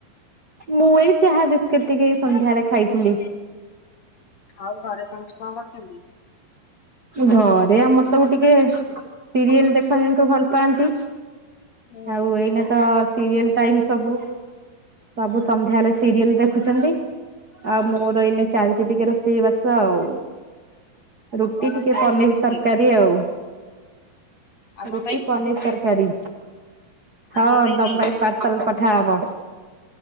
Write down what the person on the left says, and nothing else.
ଆଉ ଘରେ ସମସ୍ତେ କଣ କରିଛନ୍ତି?
ହୁଁ
ହୁଁ
ହୁଁ
ହୁଁ
କଣ
ଆଜି ଆଇଟମ୍
ହଉଛି?
ଆମ
ପାଇଁ
ଆମ
କାଇଁ